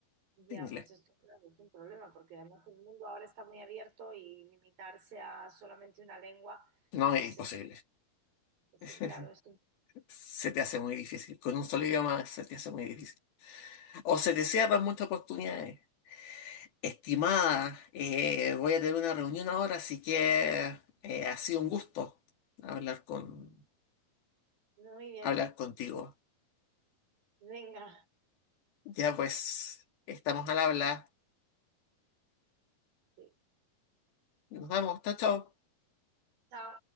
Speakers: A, on the right; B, on the left.
A: ya,
B: de inglés.
A: pues esto claro, es un problema, porque además el mundo ahora está muy abierto y limitarse a solamente una lengua,
B: No,
A: pues
B: es imposible.
A: es, es-
B: <laughs>
A: claro, es un-
B: Se te hace muy difícil. Con un solo idioma se te hace muy difícil. O se te cierran muchas oportunidades. Estimada, eh, voy a tener una reunión ahora, así que eh, ha sido un gusto hablar con,
A: Muy bien,
B: hablar contigo.
A: venga,
B: Ya pues, estamos al habla.
A: sí.
B: Nos vemos. Chao, chao.
A: Chao.